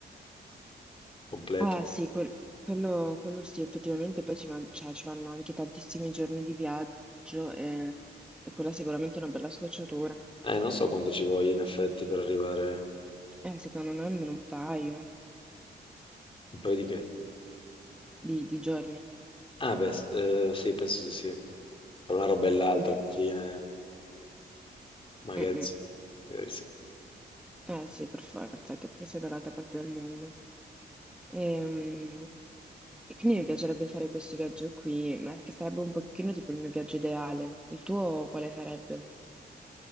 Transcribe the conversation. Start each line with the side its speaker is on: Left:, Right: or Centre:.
Left: completo.
Centre: Ah sì, quel- quello, quello sì, effettivamente poi ci, van- cioè, ci vanno anche tantissimi giorni di viaggio e, e quella sicuramente è sicuramente una bella scocciatura.
Left: Eh, non so quanto ci voglia in effetti per arrivare
Centre: Eh, secondo me almeno un paio
Left: un paio di che.
Centre: di, di giorni.
Left: Ah, beh, s- eh, sì, penso sì, sì. Tra una roba e l'altra
Centre: Mm,
Left: alla fine, magari
Centre: mm, mm.
Left: sì, magari sì.
Centre: Eh sì, per forza, anche perché sei dall'altra parte del mondo. Ehm, E, quindi mi piacerebbe fare questo viaggio qui, ma che sarebbe un pochino tipo il mio viaggio ideale. Il tuo quale sarebbe?